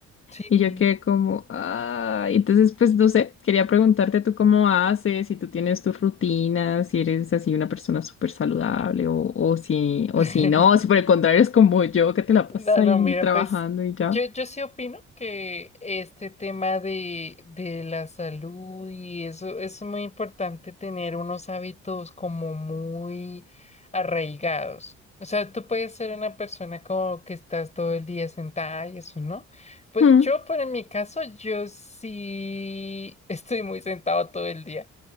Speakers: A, on the left (about 20°); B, on the left (about 45°).
A: sí.
B: Y yo quedé como, ah, entonces pues no sé, quería preguntarte tú cómo haces, si tú tienes tus rutinas, si eres así una persona súper saludable o, o si, o
A: <laughs>
B: si no, si por el contrario es como yo que te la
A: No,
B: pasas ahí
A: no, mira,
B: trabajando
A: pues
B: y ya.
A: yo, yo sí opino que este tema de, de la salud y eso es muy importante tener unos hábitos como muy arraigados. O sea, tú puedes ser una persona como que estás todo el día sentada y eso, ¿no? Pues
B: Mm,
A: yo, por en mi caso, yo sí <laughs> estoy muy sentado todo el día.